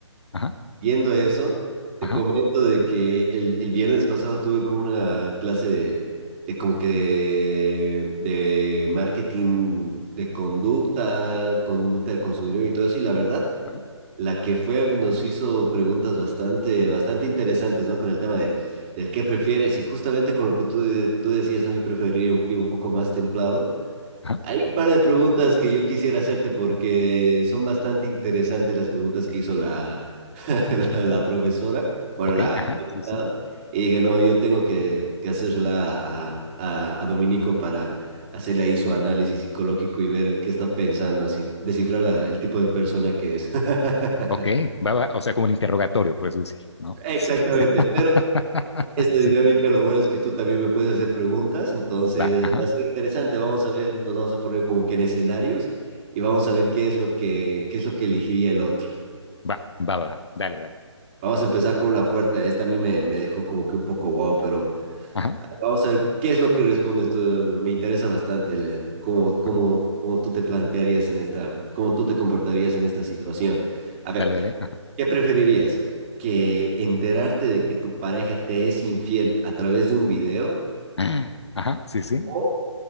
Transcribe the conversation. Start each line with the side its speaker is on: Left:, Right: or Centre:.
Left: Ajá,
Right: Viendo eso, te
Left: ajá,
Right: comento de que el, el viernes pasado tuve como una clase de, de como que de, de marketing de conducta, conducta del consumidor y todo eso, y la verdad.
Left: ajá,
Right: la que fue nos hizo preguntas bastante, bastante interesantes, ¿no? Con el tema de, del qué prefieres y justamente con lo que tú, de- tú decías, ¿no? Yo preferiría un clima un poco más templado.
Left: ajá.
Right: Hay un par de preguntas que yo quisiera hacerte porque son bastante interesantes las preguntas que hizo la, <laughs> la, la profesora, bueno,
Left: Ok,
Right: la
Left: ajá,
Right: invitada.
Left: sí, sí.
Right: Y dije, no, yo tengo que, que hacérsela a, a, a Dominico para hacerle ahí su análisis psicológico y ver qué está pensando, así, descifrar la- el tipo de persona que es. <laughs>
Left: Ok, va, va, o sea, como el interrogatorio, por eso decirlo, ¿no?
Right: Exactamente,
Left: Este, <laughs>
Right: pero esta
Left: sí,
Right: dinámica lo bueno es que tú también me puedes hacer preguntas, entonces
Left: va, ajá,
Right: va a ser interesante, vamos a ver, nos vamos a poner como que en escenarios y vamos a ver qué es lo que, qué es lo que elegiría el otro.
Left: va, va, va, va, dale, dale,
Right: Vamos a empezar con una fuerte, esta a mí me, me dejó como que un poco wow, pero
Left: ajá,
Right: ah, vamos a ver qué es lo que respondes tú, me interesa bastante le- cómo, cómo,
Left: ajá,
Right: cómo tú te plantearías en esta, cómo tú te comportarías en esta situación. A ver,
Left: dale, dale,
Right: ¿Qué preferirías? ¿Que enterarte de que tu pareja te es infiel a través de un video
Left: ajá, ajá, sí, sí.
Right: o